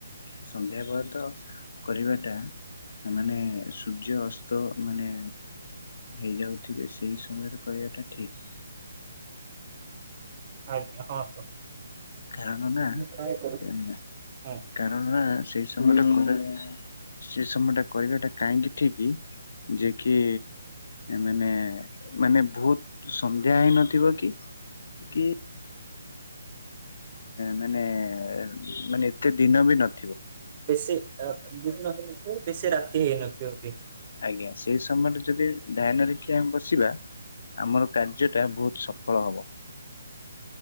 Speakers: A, on the left; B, on the right.
A: ସନ୍ଧ୍ୟା ପରେ ତ କରିବାଟା ମାନେ ସୂର୍ଯ୍ୟ ଅସ୍ତ ମାନେ ହେଇଯାଉଥିବେ ସେଇ ସମୟରେ କରିବାଟା ଠିକ୍।
B: ଆଜ୍ଞା ହଁ ତ।
A: କାରଣ ନା
B: ମୁଁ ଟ୍ରାଏ କରୁଛି
A: ଏଁ
B: ହଁ
A: କାରଣ ନା ସେଇ ସମୟ ଟା <inaudible> ସେ ସମୟ ଟା କରିବାଟା କାହିଁକି ଠିକ୍ ଯେ କି ମାନେ ମାନେ ବହୁତ ସନ୍ଧ୍ୟା ହେଇ ନଥିବ କି କି? ମାନେ ମାନେ ଏତେ ଦିନ ବି ନ
B: ବେଶୀ ଅ ଦିନ ହେଇନଥିବ ବେଶୀ ରାତି ହେଇନଥିବ ବି।
A: ଆଜ୍ଞା ସେଇ ସମୟରେ ଯଦି ଧ୍ୟାନେରେଖି ଆମେ ବସିବା ଆମର କାର୍ଯ୍ୟଟା ବହୁତ ସଫଳ ହବ।